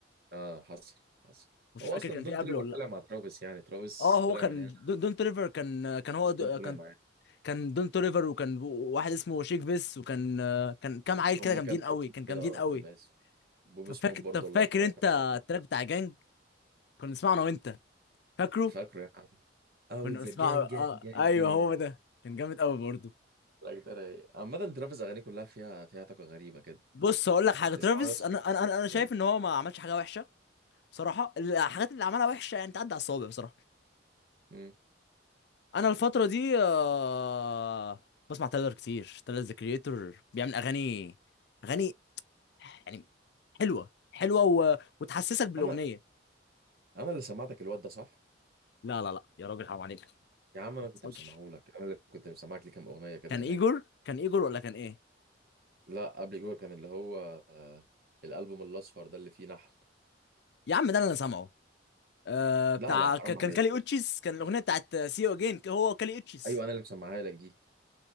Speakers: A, on the right; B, on the left.
A: اه حصل حصل
B: مش
A: هو
B: فاكر
A: اصلا
B: كان
A: دون
B: في قبله
A: تليفر
B: ولا لا
A: طلع مع ترافيس يعني ترافيس
B: اه هو
A: طلع
B: كان
A: من هنا
B: دونت ليفر كان كان هو د-
A: دون طلع
B: كان
A: معاه
B: كان دونت ليفر وكان واحد اسمه شيك بيس وكان آه، كان كام عيل
A: هما
B: كده جامدين
A: كام
B: قوي
A: اسم
B: كان جامدين
A: كده اه
B: قوي
A: كام اسم بوب
B: طب
A: سموك
B: فاكر
A: برضه
B: طب فاكر
A: الله يرحمه
B: انت
A: كان معاهم
B: التراك بتاع جانج كنا نسمعه انا وانت فاكره
A: فاكره يا عم او
B: كنا
A: ذا
B: بنسمعه
A: جانج
B: اه
A: جانج جانج
B: ايوه
A: جانج
B: هو ده كان جامد قوي برضه
A: لا ده رايق عامة ترافيس أغانيه كلها فيها فيها طاقة غريبة كده
B: بص هقول لك
A: أنت
B: حاجه
A: بتسمعه
B: ترافيس
A: بس
B: انا
A: بتحس
B: انا
A: نفسك
B: انا انا شايف
A: ال-
B: ان هو ما عملش حاجه وحشه بصراحه الحاجات اللي عملها وحشه يعني تعدي على الصوابع بصراحه
A: مم.
B: انا الفتره دي آه بسمع تايلر كتير تايلر ذا كريتور بيعمل اغاني اغاني يعني حلوه حلوه و... وتحسسك بالاغنيه
A: أنا أنا اللي سمعتك الواد ده صح؟
B: لا لا لا يا راجل حرام عليك
A: يا عم أنا
B: ما
A: كنت
B: حصلش
A: مسمعه لك أنا اللي كنت مسمعك ليه كام أغنية كده
B: كان
A: زمان
B: ايجور كان ايجور ولا كان ايه
A: لا قبل جوه كان اللي هو آه، الألبوم الأصفر ده اللي فيه نحل
B: يا عم ده انا اللي سامعه آه
A: لا
B: بتاع
A: لا حرام
B: ك- كان
A: عليك
B: كالي اوتشيس كان الاغنيه بتاعت سي يو اجين هو وكالي اوتشيس
A: أيوه أنا اللي مسمعها لك دي